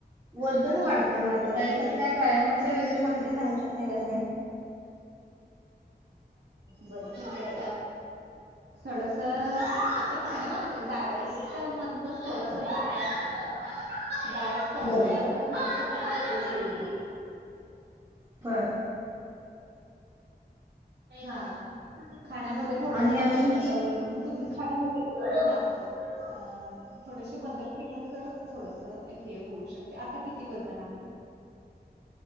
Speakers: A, on the right; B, on the right.
A: वजन वाढत माझ, त्यासाठी त्या वयामाच्या वगैरे माहिती सांगू शकता का तुम्ही?
B: बर ठीकाय थोडस आपल्या खाण्यामध्ये डायटमधनच थोडस जात असत. डायट तर
A: बर
B: थोड त्या ह.
A: बर.
B: हा. खाण्यामध्ये थोडंस
A: आणि अजून
B: मग तुम्ही खाण्यामध्ये हा थोडेसे बदल केलं तर थोडस हे होऊ शकते आता किती? किती वजन आहे?